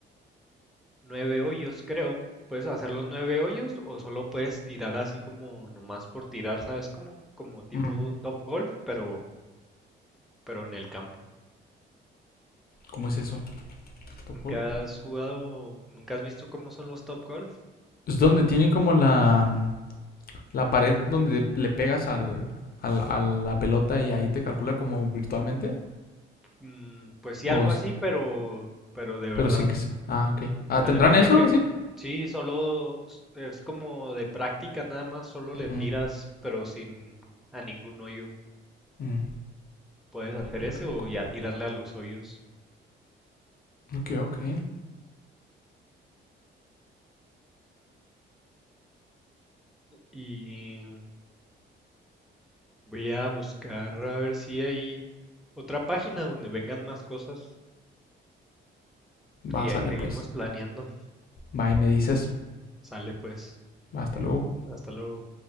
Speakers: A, in the centre; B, on the left.
A: nueve hoyos, creo. Puedes hacer los nueve hoyos o solo puedes tirar así como nomás por tirar, ¿sabes cómo? Como tipo
B: Mm,
A: Top Golf, pero pero en el campo.
B: ¿Cómo es eso? ¿Top
A: ¿Nunca
B: golf?
A: has jugado, nunca has visto cómo son los Top Golf?
B: Es donde tiene como la, la pared donde le pegas al, al- a la pelota y ahí te calcula como virtualmente.
A: Mm, pues sí,
B: O
A: algo
B: eso.
A: así, pero, pero de verdad.
B: Pero sin que sea. Ah, ok. Ah,
A: Haz
B: ¿tendrán
A: de cuenta
B: eso?
A: que
B: así?
A: sí, solo s- es como de práctica nada más, solo
B: Ujú,
A: le tiras, pero sin a ningún hoyo.
B: ujú.
A: Puedes hacer
B: Ok,
A: ese
B: ok,
A: o ya
B: ok.
A: tirarle a los hoyos.
B: Ok, ok.
A: Y voy a buscar a ver si hay otra página donde vengan más cosas.
B: Va,
A: Y ahí
B: sale
A: seguimos
B: pues.
A: planeando.
B: Va y me dices.
A: Sale pues.
B: Va, hasta luego.
A: Hasta luego.